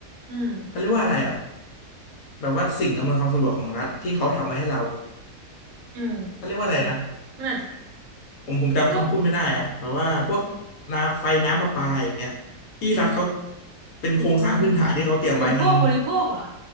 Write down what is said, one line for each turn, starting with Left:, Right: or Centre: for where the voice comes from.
Right: อืม
Left: เขาเรียกว่าอะไรอ่ะแบบว่าสิ่งอำนวยความสะดวกของรัฐที่เขาทำมาให้เรา
Right: เออ
Left: เขาเรียกว่าอะไรนะ
Right: มันอาจจะ
Left: ผมผมจำคำพูดไม่ได้อ่ะแบบว่าพวก
Right: พวก
Left: น้ำไฟน้ำประปาอย่างเงี้ยที่รัฐเขาเป็นโครงสร้างพื้นฐานที่เขาเตรียมไว้มัน
Right: อุอุปโภคบริโภคเหรอ